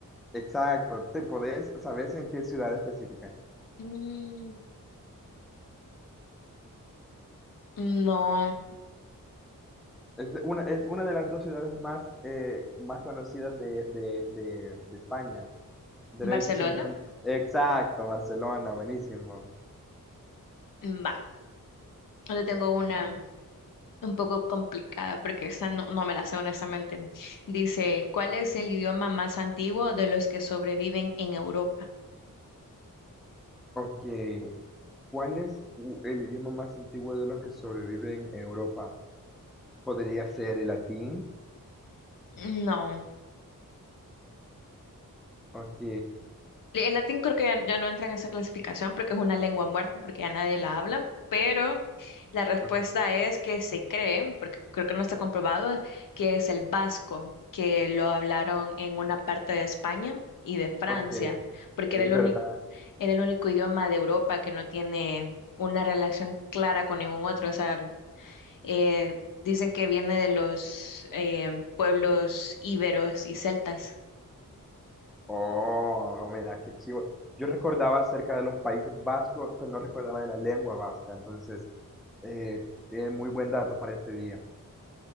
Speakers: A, in the centre; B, on the left (about 70°).
A: Exacto, ¿te podés, sabes en qué ciudad específica?
B: Mm, no,
A: Es una, es una de las dos ciudades más, eh, más conocidas de, de, de, de España. De
B: Barcelona,
A: hecho, se encuentra... Exacto, Barcelona, buenísimo.
B: va. Yo tengo una un poco complicada porque esa no, no me la sé honestamente. Dice, ¿cuál es el idioma más antiguo de los que sobreviven en Europa?
A: Ok, ¿cuál es u- el idioma más antiguo de los que sobreviven en Europa? ¿Podría ser el latín?
B: No.
A: Ok,
B: El latín creo que ya, ya no entra en esa clasificación porque es una lengua muerta, porque ya nadie la habla, pero la respuesta
A: ok,
B: es que se cree, porque creo que no está comprobado, que es el vasco, que lo hablaron en una parte de España y de Francia,
A: ok,
B: porque
A: es
B: era el
A: verdad.
B: único, era el único idioma de Europa que no tiene una relación clara con ningún otro. O sea, eh, dicen que viene de los eh, pueblos íberos y celtas.
A: Oh, mira, qué chivo. Yo recordaba acerca de los países vascos, pero no recordaba de la lengua vasca. Entonces, eh, eh, muy buen dato para este día.